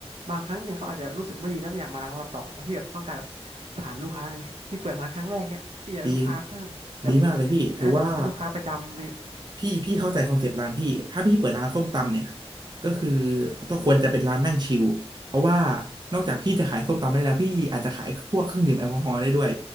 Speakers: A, on the right; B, on the right.
A: บางครั้งเนี่ยเขาอาจจะรู้สึกไม่ดีแล้วไม่อยากมาร้านเราต่อแต่พี่แบบต้องการแบบฐานลูกค้าไงพี่เปิดร้านครั้งแรกเนี่ยพี่อยากได้ลูกค้าเพิ่มแบบ
B: ดีดีมากเลยพี่ถือว่า
A: อยากได้เป็นลูกค้าประจำเนี่ย
B: พี่พี่เข้าใจคอนเซปต์ร้านพี่ถ้าพี่เปิดร้านส้มตำเนี่ยก็คือต้องควรจะเป็นร้านนั่งชิลเพราะว่านอกจากพี่จะขายส้มตำได้แล้วพี่อาจจะขายพวกเครื่องดื่มแอลกอฮอล์ได้ด้วย